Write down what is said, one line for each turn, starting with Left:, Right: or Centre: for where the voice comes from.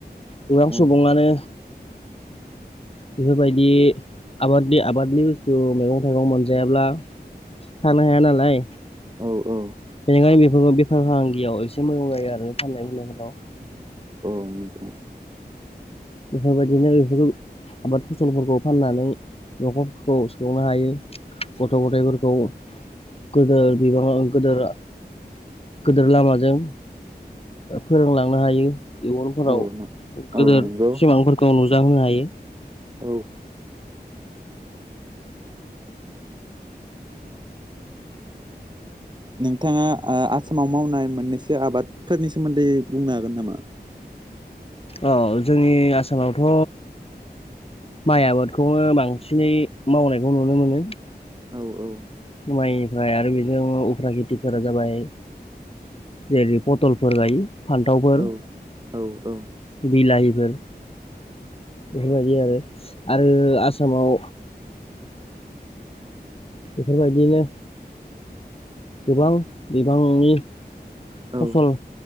Left: गोबां
Right: औ
Left: सुबुङानो बेफोरबायदि आबादनि आबादनि बुस्थु मैगं थाइगं मोनजायाब्ला थानो हाया नालाय।
Right: औ औ।
Left: बेनिखायनो बेफोरखौ बेफार फालांगियाव एसे मोजां जायो आरो फाननाय फाननायफोराव।
Right: <unintelligible>
Left: बेफोरबायदिनो बेफोर आबाद फसलफोरखौ फाननानै न'खरफोरखौ संनो हायो गथ' गथायाइफोरखौ गोदोर बिबाङाव गोदोर गेदिर लामाजों फोरोंलांनो हायो इयुनफोराव।
Right: औ औ
Left: गेदेर
Right: नोंथां औ नंगौ
Left: सिमांफोरखौ नुजााहोनो हायो।
Right: औ ओ नोंथाङा आसामाव मावनाय मोननैसो आबादफोरनि सोमोन्दै बुंनो हागोन नामा?
Left: औ जोंनि आसामावथ' माइ आबादखौनो बांसिनै मावनायखौ नुनो मोनो।
Right: औ औ।
Left: माइनिफ्राय आरो बेजों उफ्रा खेथिफोरा जाबाय जेरै पथलफोर गायो फान्थावफोर।
Right: औ औ औ
Left: बिलाहिफोर बेफोरबायदि आरो आरो आसामाव बेफोरबायदिनो गोबां बिबांनि
Right: औ
Left: फसल